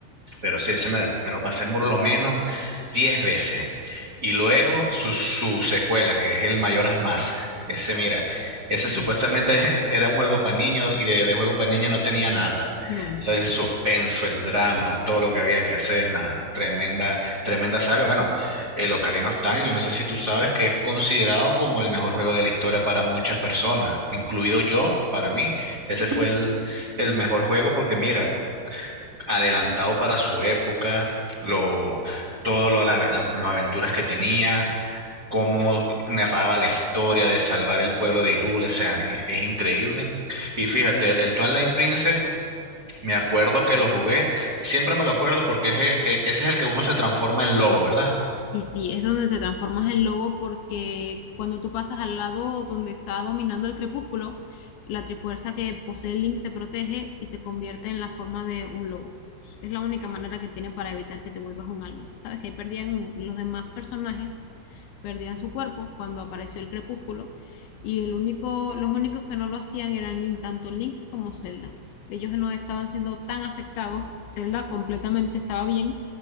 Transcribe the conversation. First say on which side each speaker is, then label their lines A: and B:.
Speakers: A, on the right; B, on the left.
A: Pero sí, ese me, me lo pasé por lo menos 10 veces. Y luego su, su secuela, que es el Majora's Mask. Ese, mira, ese
B: Uf,
A: supuestamente <laughs> era un juego para niños y de, de juego para niños no tenía nada.
B: No,
A: Lo del suspenso, el drama, todo lo que había que hacer, nada. Tremenda, tremenda saga. Bueno, el Ocarina of Time, yo no sé si tú sabes que es considerado como el mejor juego de la historia para muchas personas, incluido yo, para mí. Ese fue el, el mejor juego porque mira, adelantado para su época, lo, todo lo, la- los- las aventuras que tenía, cómo narraba la historia de salvar el pueblo de Hyrule, o sea, es, es increíble. Y fíjate, el Twilight Princess, me acuerdo que lo jugué, siempre me lo acuerdo porque es e- e- ese es el que uno se transforma en lobo, ¿verdad?
B: Sí, sí, es donde te transformas en lobo porque cuando tú pasas al lado donde está dominando el crepúsculo, la trifuerza que posee Link te protege y te convierte en la forma de un lobo. Es la única manera que tiene para evitar que te vuelvas un alma. Sabes que ahí perdían los demás personajes, perdían su cuerpo cuando apareció el crepúsculo y el único, los únicos que no lo hacían eran Link- tanto Link como Zelda. Ellos no estaban siendo tan afectados, Zelda completamente estaba bien